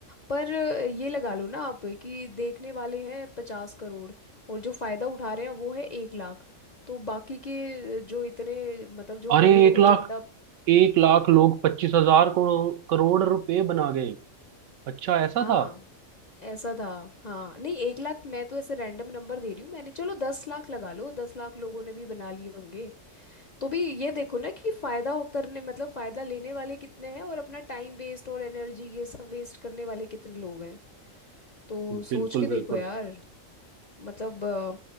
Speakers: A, on the left (about 45°); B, on the right (about 70°).
A: पर अ, ये लगा लो ना आप कि देखने वाले हैं पचास करोड़ और जो फ़ायदा उठा रहे हैं वो है एक लाख तो बाकी के अ, जो इतने मतलब जो
B: अरे
A: करोड़ों
B: एक
A: में
B: लाख
A: जनता
B: एक लाख लोग पच्चीस हजार करोड़ करोड़ रुपए बना गए अच्छा ऐसा
A: हाँ
B: था
A: ऐसा था हाँ नहीं एक लाख मैं तो ऐसे रैंडम नंबर दे रही हूँ मैंने चलो दस लाख लगा लो दस लाख लोगों ने भी बना लिए होंगे तो भी ये देखो ना कि फायदा हो- करने मतलब फायदा लेने वाले कितने हैं और अपना टाइम वेस्ट और एनर्जी ये सब वेस्ट करने वाले कितने लोग हैं तो
B: बिल्कुल
A: सोच के
B: बिल्कुल
A: देखो यार मतलब अ,